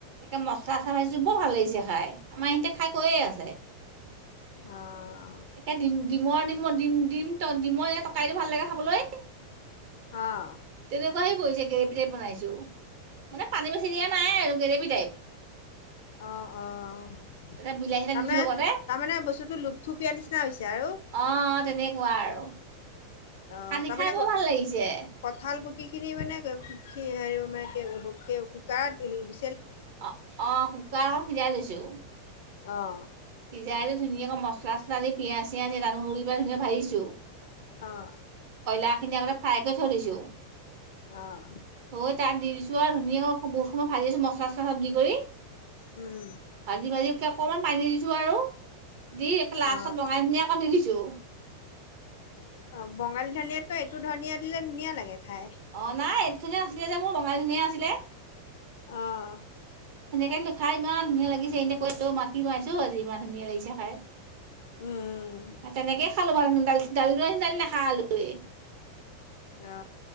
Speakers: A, on the right; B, on the left.
A: কে মছলা চছলা দিছোঁ বৰ ভাল লাগিছে খাই। আমাৰ ইহঁতে খাই কৈয়ে আছে।
B: অ
A: এ ডিম-ডিমৰ, ডিমৰ, ডিম, ডিম ত-ডমৰে টৰকাৰিটো ভাল লাগে খাবলৈ
B: অ
A: তেনেকুৱাহৈ পৰিছে গ্ৰেভি টাইপ বনাইছো। মানে পানী বেছি দিয়া নাই আৰু গ্ৰেভি টাইপ।
B: অঁ অঁ তাৰমানে
A: তাতে বিলাহী এটা দিছো লগতে
B: তাৰমানে বস্তুটো লোপথুপিয়াৰ নিচিনা হৈছে আৰু।
A: অ তেনেকুৱা আৰু
B: অঁ
A: সানি
B: তাৰমানে
A: খাই বৰ ভাল লাগিছে।
B: কঁঠাল গুটিখিনি মানে অহ হেৰি মানে কে-কু-কে-কুকাৰত উ
A: অঁ অঁ কুকাৰত সিজাই লৈছোঁ।
B: অঁ
A: সিজাই লৈ ধুনীয়াকৈ মচলা ছচলা দি পিঁয়াজ
B: অঁ
A: <unintelligible> খিনি আগতে ফ্ৰাই কৰি থৈ দিছো।
B: অঁ
A: থৈ তাত দি দিছো আৰু ধুনীয়া বৰষুণত ভাজিছো মছা ছচলা দি কৰি
B: উম
A: ভাজি ভাজি একে অকমান পানী দি ছো আৰু দি একে লাষ্টত
B: অ
A: বঙালী ধুনিয়া অকন দি দিছোঁ।
B: অঁ বঙালী ধনিয়াতকৈ এইটো ধনিয়া দিলে ধুনীয়া লাগে। খাই
A: অঁ নাই এইটো ধনীয়া নাছিলে যে মোৰ বঙালী ধনিয়া আছিলে।
B: অঁ
A: কিন্তু খাই ইমান ধুনীয়া লাগিছে। ইহঁতে কৈ আছে, অ মা কি বনাইছ আজি ইমান ধুনীয়া লাগিছে খাই।
B: উম
A: আৰু তেনেকে <unintelligible>
B: অ